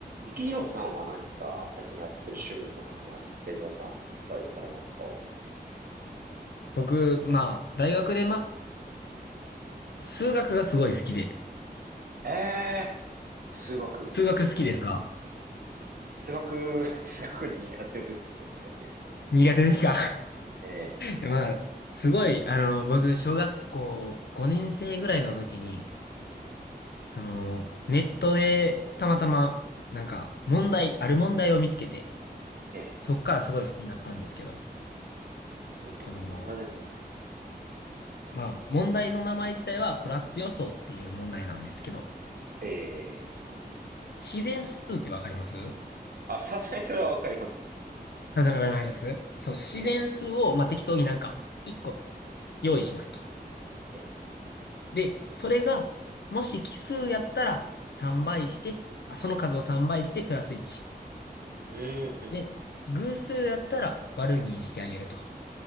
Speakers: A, on the right; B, on the left.
A: ゆきひろさんは何か最近やってる趣味とかハマってるものってあったりされますか
B: 僕、まあ、大学で、まあ、数学がすごい好きで。
A: ええー数学。
B: 数学好きですか
A: 数学、<laughs> 数学苦手ですね、どっちかっていうと。
B: 苦手ですか
A: え
B: <laughs> まあ、すごい、あの、僕、小学校5年生ぐらいの時に、
A: え、
B: その、ネットで、たまたま、なんか、問題、ある問題を見つけて、
A: ええ、
B: そっからすごい好きになったんですけど、
A: ど、どんな問題ですか
B: その、まあ、問題の名前自体は、コラッツ予想っていう問題なんですけど、
A: ええ、
B: 自然数ってわかります
A: あ、さすがにそれはわかります。
B: あ、それわかりますそう、自然数を、
A: ええ、
B: まあ、適当になんか、1個用意しますと。
A: ええ、
B: で、それが、もし奇数やったら3倍して、あ、その数を3倍してプラス1。
A: うん、
B: で、偶数やったら割るにしてあげると。